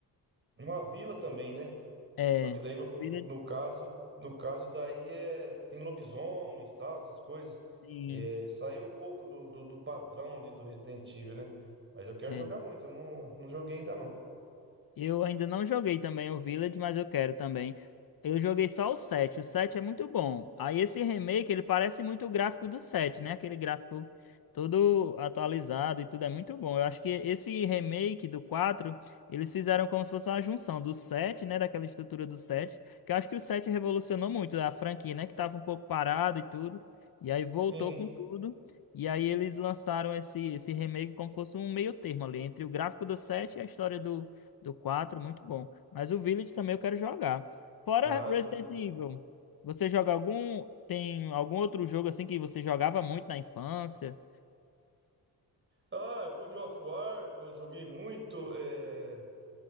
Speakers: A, on the right; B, on the left.
A: numa vila também, né?
B: É,
A: Só que daí no,
B: Village,
A: no caso, no caso daí é tem lobisomens, tal, essas coisas.
B: sim.
A: É, saiu um pouco do, do, do padrão ali do Resident Evil, né? Mas eu quero
B: é.
A: jogar muito, eu não, não joguei ainda não.
B: Eu ainda não joguei também o Village, mas eu quero também. Eu joguei só o 7. O 7 é muito bom. Aí esse remake, ele parece muito o gráfico do 7, né? Aquele gráfico todo atualizado e tudo é muito bom. Eu acho que esse remake do 4 eles fizeram como se fosse uma junção do 7, né? Daquela estrutura do 7. Que eu acho que o 7 revolucionou muito a franquia, né? Que tava um pouco parada e tudo. E aí voltou
A: Sim.
B: com tudo. E aí eles lançaram esse, esse remake como se fosse um meio termo ali, entre o gráfico do 7 e a história do 4 muito bom. Mas o Village também eu quero jogar. Fora
A: Ah,
B: Resident
A: eu tô meio...
B: Evil, você joga algum. Tem algum outro jogo assim que você jogava muito na infância?
A: Ah, God of War, eu joguei muito. É...